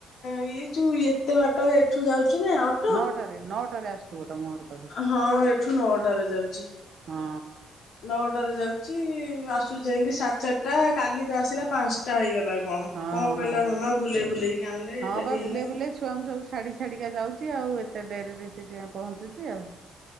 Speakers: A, on the left; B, on the right.
A: ଇୟେ ଯୁ ଏତେ ବାଟ ଏଠୁ ଯାଉଛି ନା ଅ
B: ନଅଟାରେ ନଅଟାରେ ଆସୁଥିବ ତମ ଘରୁ
A: ହଁ ଏଠୁ ନଅଟାରେ ଯାଉଛି।
B: ହଁ
A: ନଅଟାରେ ଯାଉଛି ଆସୁଚି ଯାଇକି ସାଢେ ଚାରିଟା କାଲି ତ ଆସିଲା ପାଞ୍ଚ ଟା ହେଇଗଲା କଣ
B: ହଁ
A: କଣ କହିଲା
B: ହଁ।
A: ମାମା ବୁଲେଇ ବୁଲେଇକି ଆଣିଲେ
B: ହଁ
A: ଡେରି
B: ବା
A: ହେଲା।
B: ବୁଲେଇ ବୁଲେଇ ଛୁଆଙ୍କୁ ସବୁ ଛାଡି ଛାଡିକା ଯାଉଛି ଆଉ ଏତେ ଡେରି ରେ ସେଇଥିପାଇଁ ପହଞ୍ଚୁଛି ଆଉ।